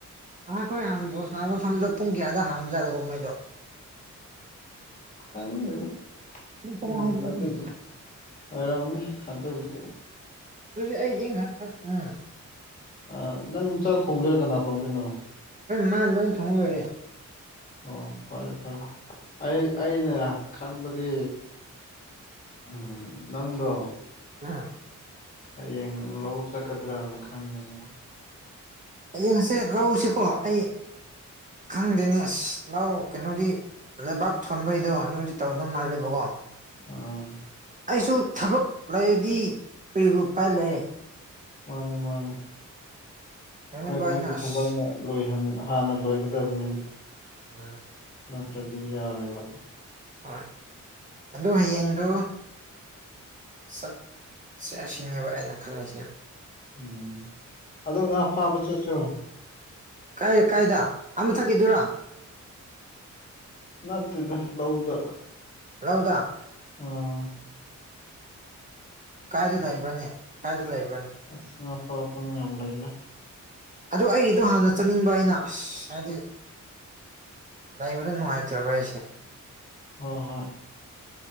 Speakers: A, on the right; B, on the left.
A: ꯑꯥꯈꯣꯏ ꯍꯥꯟꯅ ꯕꯣꯜ ꯁꯥꯟꯅꯕ ꯃꯐꯝꯗꯣ ꯄꯨꯡ ꯀꯌꯥꯗ ꯍꯥꯡꯕꯖꯥꯔꯣꯒꯣ ꯃꯣꯏꯗꯣ
B: ꯈꯪꯗꯦꯗ
A: ꯄꯨꯡ ꯇꯔꯥ
B: ꯎꯝ
A: ꯍꯥꯏꯕ ꯅꯠꯇ꯭ꯔꯣ
B: ꯑꯗꯨꯕꯨ ꯑꯣꯏꯔꯝꯅꯤ ꯑꯗꯨꯕꯨꯗꯤ
A: ꯑꯗꯨ ꯑꯩꯗꯤ ꯍꯥ ꯎ <unintelligible>
B: ꯑ ꯅꯪ ꯆꯥꯛ ꯊꯣꯡꯗꯣꯏꯔꯥ ꯀꯅꯥ ꯊꯣꯡꯗꯣꯏꯅꯣ
A: ꯃꯥꯥꯟ ꯂ ꯊꯣꯡ ꯂꯩꯔꯦ <unintelligible>
B: ꯑꯣ ꯐꯔꯦ ꯐꯔꯦ ꯑꯩ ꯑꯩꯅ ꯈꯟꯕꯗꯤ ꯎꯝ ꯅꯪꯗꯣ
A: ꯑ <unintelligible>
B: ꯍꯌꯦꯡ ꯂꯧ ꯆꯠꯀꯗ꯭ꯔꯅ ꯈꯟꯕꯅꯤꯅ
A: ꯍꯌꯦꯡꯁꯦ ꯂꯧꯁꯤꯀꯣ ꯑꯩ ꯈꯪꯗꯦꯅꯦꯁ ꯂꯧ ꯀꯩꯅꯣꯗꯤ ꯂꯩꯕꯥꯛ ꯊꯣꯟꯕꯩꯗꯣ ꯑꯗꯨꯗꯤ ꯇꯧꯗꯧ ꯃꯥꯜꯂꯦꯕꯀꯣ
B: ꯑꯥ
A: ꯑꯩꯁꯨ ꯊꯕꯛ ꯂꯩꯔꯗꯤ ꯀꯔꯤꯕꯨ ꯎꯄꯥꯏ ꯂꯩ
B: ꯃꯥꯅꯦ ꯃꯥꯅꯦ ꯑꯩꯈꯣꯏ
A: ꯂꯣꯏꯅꯕ
B: ꯑꯩꯈꯣꯏꯒꯤ
A: ꯑꯩꯅ ꯑꯁ
B: ꯊꯕꯛꯅ ꯂꯣꯏꯍꯟ ꯍꯥꯟꯅ ꯂꯣꯏꯒꯗꯕꯅꯤꯅ
A: ꯑꯥ
B: ꯅꯠꯇ꯭ꯔꯗꯤ ꯌꯥꯔꯣꯏꯕ
A: ꯍꯣꯏ ꯑꯗꯣ ꯍꯌꯦꯡꯗꯣ ꯆꯠꯁꯦ ꯁꯤꯅꯦꯕ ꯑꯩꯅ ꯈꯜꯂꯤꯁꯤꯅ
B: ꯎꯝ ꯑꯗꯣ ꯉꯥ ꯐꯥꯕ ꯆꯠꯁꯤꯔꯣ
A: ꯀꯥꯏꯗ ꯀꯥꯏꯗ ꯑꯥ ꯃꯊꯀꯤꯗꯨꯔꯥ
B: ꯅꯠꯇꯦꯗ ꯂꯧꯗ
A: ꯂꯧꯗꯥ
B: ꯑꯣ
A: ꯀꯥꯏꯗ ꯂꯩꯕ꯭ꯔꯅꯦ ꯀꯥꯏꯗ ꯂꯩꯕ꯭ꯔ
B: ꯑꯁ ꯉꯥ ꯐꯥꯐꯝ ꯌꯥꯝ ꯂꯩꯗ
A: ꯑꯗꯣ ꯑꯩꯗꯣ ꯍꯥꯟꯅ ꯆꯠꯅꯤꯡꯕ ꯑꯩꯅ ꯍꯥꯏꯗꯤ ꯂꯩꯥꯕꯗꯣ ꯅꯨꯡꯉꯥꯏꯇ꯭ꯔꯕ ꯑꯩꯁꯦ
B: ꯍꯣꯏ ꯍꯣꯏ